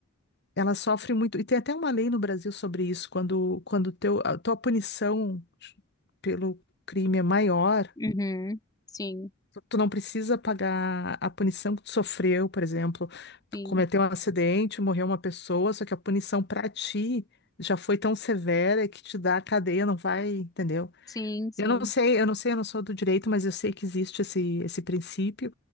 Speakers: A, on the left (about 55°); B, on the left (about 15°).
A: ela sofre muito. E tem até uma lei no Brasil sobre isso, quando, quando teu, a tua punição pelo crime é maior
B: uhum, sim,
A: Tu tu não precisa pagar a punição que tu sofreu, por exemplo, tu
B: sim,
A: cometeu um acidente, morreu uma pessoa, só que a punição pra ti já foi tão severa que te dá a cadeia, não vai, entendeu?
B: sim, sim,
A: Eu não sei, eu não sei, eu não sou do direito, mas eu sei que existe esse, esse princípio,